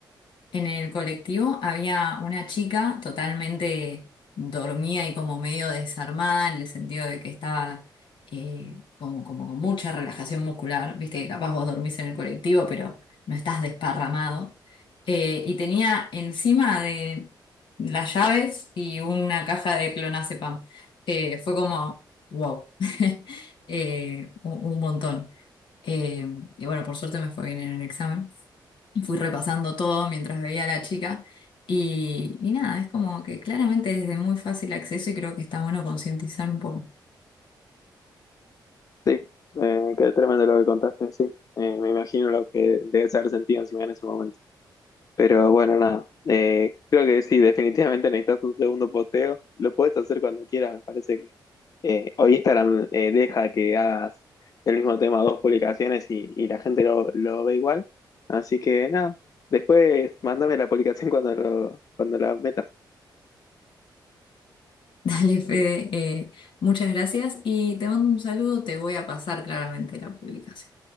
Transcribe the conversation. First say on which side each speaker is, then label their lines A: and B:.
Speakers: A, on the left; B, on the left.
A: en el colectivo había una chica totalmente dormida y como medio desarmada en el sentido de que estaba eh, como, como con mucha relajación muscular. Viste que capaz vos dormís en el colectivo, pero no estás desparramado. Eh, y tenía encima de las llaves y una caja de clonazepam. Eh, fue como, wow, <laughs> Eh, un, un montón. Eh, y bueno, por suerte me fue bien en el examen. Fui repasando todo mientras veía a la chica y, y nada, es como que claramente es de muy fácil acceso y creo que está bueno concientizar un poco.
B: Sí, eh, qué tremendo lo que contaste, sí. Eh, me imagino lo que debes haber sentido encima en ese momento. Pero bueno, nada. Eh, creo que sí, definitivamente necesitas un segundo posteo. Lo puedes hacer cuando quieras, me parece Eh, hoy Instagram eh, deja que hagas el mismo tema, dos publicaciones y, y la gente lo, lo ve igual. Así que nada, después mándame la publicación cuando, lo, cuando la metas.
A: <laughs> Dale, Fede, eh, muchas gracias y te mando un saludo, te voy a pasar claramente la publicación.